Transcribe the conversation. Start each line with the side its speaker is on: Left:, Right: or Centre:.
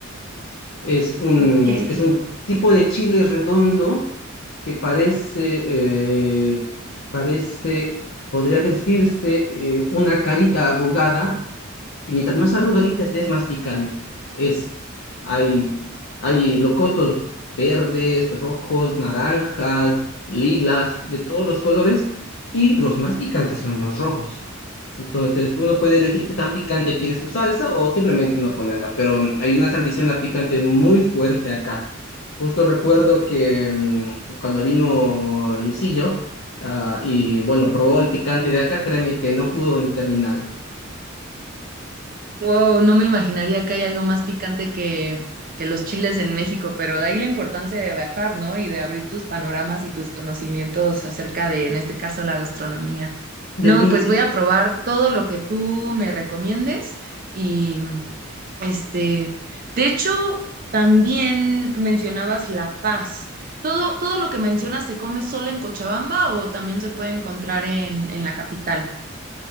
Left: Es un,
Right: Ok.
Left: es un tipo de chile redondo que parece, eh, parece, podría decirse, eh, una carita arrugada y mientras más arrugadita esté, es más picante. Es, hay, hay locotos verdes, rojos, naranjas, lilas, de todos los colores. Y los más picantes son los rojos. Entonces, uno puede elegir qué tan picante quiere su salsa o simplemente no ponerla. Pero mm, hay una tradición al picante muy fuerte acá. Justo recuerdo que mm, cuando vino Luisillo, ah, y bueno, probó el picante de acá, créeme que no pudo ni terminarlo.
Right: Wow, no me imaginaría que hay algo más picante que, que los chiles en México, pero de ahí la importancia de viajar, ¿no? Y de abrir tus panoramas y tus conocimientos acerca de, en este caso, la gastronomía. No,
Left: Definiti-
Right: pues voy a probar todo lo que tú me recomiendes y, este, de hecho, también mencionabas La Paz. ¿Todo, todo lo que mencionas se come solo en Cochabamba o también se puede encontrar en, en la capital?